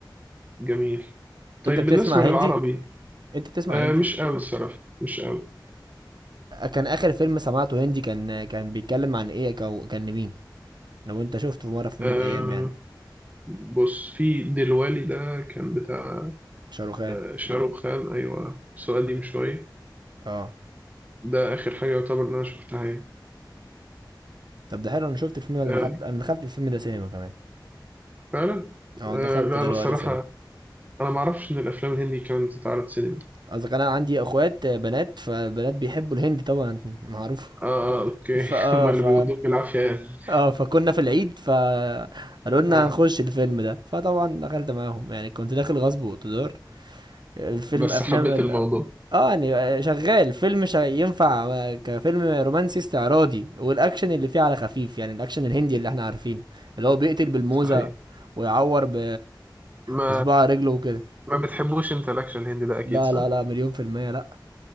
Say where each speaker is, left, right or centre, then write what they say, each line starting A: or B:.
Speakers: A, on the right; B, on the right.
A: جميل طيب
B: انت بتسمع
A: بالنسبة للعربي
B: هندي انت بتسمع
A: آه
B: هندي
A: مش قوي الصراحة مش قوي
B: كان اخر فيلم سمعته هندي كان كان بيتكلم عن ايه كان كان مين لو انت شفته في مره في
A: آه
B: يوم من الايام يعني
A: بص في دلوالي ده كان بتاع
B: شاروخان
A: آه شاروخ خان أيوة بس هو قديم شوية
B: اه
A: ده آخر حاجة يعتبر إن أنا شفتها يعني
B: طب ده حلو انا شفت الفيلم ده انا
A: آه
B: دخلت انا دخلت الفيلم ده سينما كمان
A: فعلا
B: اه
A: آه
B: دخلت
A: لا
B: دلوقتي
A: أنا الصراحة
B: سينما
A: أنا معرفش إن الأفلام الهندي كانت بتتعرض سينما
B: قصدك انا عندي اخوات بنات فبنات بيحبوا الهندي طبعا معروف
A: آه آه أوكي
B: فاه
A: <laughs> هما اللي
B: ف
A: بيودوك بالعافية يعني
B: اه فكنا في العيد فقالوا لنا
A: آه
B: هنخش الفيلم ده فطبعا دخلت معاهم يعني كنت داخل غصب واقتدار الفيلم
A: بس
B: افلام
A: حبيت
B: ال...
A: الموضوع
B: اه يعني شغال فيلم شا... ينفع كفيلم رومانسي استعراضي والاكشن اللي فيه على خفيف يعني الاكشن الهندي اللي احنا عارفينه اللي هو بيقتل بالموزة
A: صحيح
B: ويعور ب...
A: ما
B: بصباع رجله وكده
A: ما بتحبوش أنت الأكشن الهندي ده أكيد
B: لا
A: صح؟
B: لا لا مليون في المية لا